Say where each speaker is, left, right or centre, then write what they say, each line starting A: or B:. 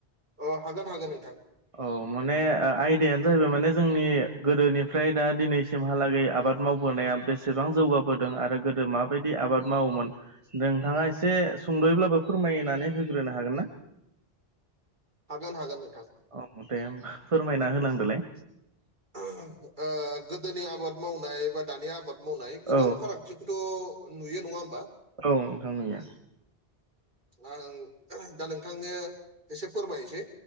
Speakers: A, on the right; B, on the right.
A: अ हागोन हागोन नोंथां
B: औ माने आयदियानो जाहैबाय माने जोंनि गोदोनिफ्राय दा दिनैसिमहालागै आबाद मावबोनाया बेसेबां जौगाबोदों आरो गोदो मा बायदि आबाद मावोमोन नोंथांङा एसे सुंद'यैब्लाबो फोरमायनानै होग्रोनो हागोन ना
A: हागोन हागोन नोंथां
B: औ दे होमबा फोरमायना होनांदोलाय
A: ओ गोदोनि आबाद मावनाय बा दानि आबाद मावनाय गोबां
B: औ
A: फारागथिखौथ' नुयो नंङा होमबा
B: औ नोंथांनिया
A: आं दा नोंथांनो एसे फोरमायनोसै